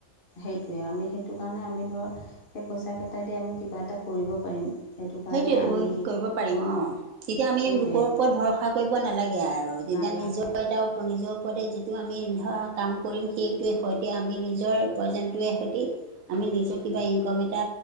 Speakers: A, on the left; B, on the right.
A: সেইটোৱে, আমি সেইটো কাৰণে আমি ধৰ সেই পইচাকেইটাইদি আমি কিবা এটা কৰিব পাৰিম। সেইটো কাৰণে
B: সেইটোৱেটো
A: আমি
B: কৰিব পাৰিম অ। তেতিয়া
A: সেইটোৱে
B: আমি লোকৰ ওপৰত ভৰসা কৰিব নালাগে। গে আৰু তেতিয়া
A: নালাগে
B: নিজৰ ভৰিত আও নিজৰ ওপৰতে যিটো আমি ধৰা কাম কৰিম সেইটোৱে সৈতে আমি নিজৰ উপাৰ্জনটোৱে সতি আমি নিজৰ কিবা ইনকম এটা